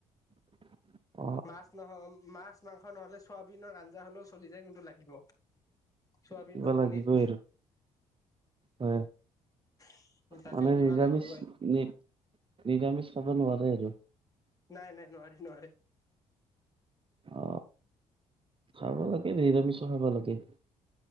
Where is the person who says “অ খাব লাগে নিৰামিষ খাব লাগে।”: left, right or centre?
Right